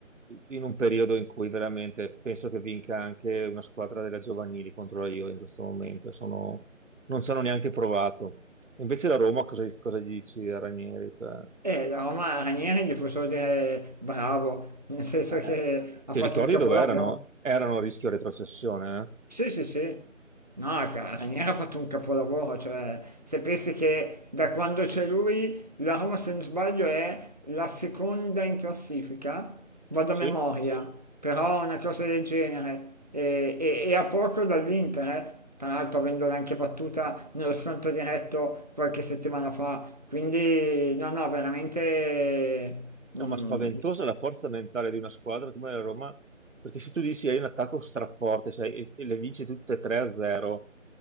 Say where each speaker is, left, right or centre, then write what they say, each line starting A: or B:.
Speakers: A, on the right; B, on the right.
A: in un periodo in cui veramente penso che vinca anche una squadra della giovanili contro la Juve in questo momento, Sono- non ci hanno neanche provato. Invece la Roma cosa, cosa gli dici a Ranieri? Cioè,
B: Eh, la Roma Ranieri gli puoi solo dire bravo, nel senso
A: eh,
B: che ha
A: ti
B: fatto
A: ricordi
B: un capolavoro.
A: dove erano? Erano a rischio retrocessione, eh?
B: Sì, sì, sì. No, ca- Ranieri ha fatto un capolavoro, cioè se pensi che da quando c'è lui la Roma, se non sbaglio, è la seconda in classifica, vado
A: Sì.
B: a memoria, però una cosa del genere, e, e- e a poco dall'Inter, eh. Tra l'altro avendola anche battuta nello scontro diretto qualche settimana fa, quindi no, no, veramente...
A: No,
B: mm,
A: ma spaventosa la forza mentale di una squadra come la Roma, perché se tu dici hai un attacco straforte, sai, e, e le vinci tutte 3-0,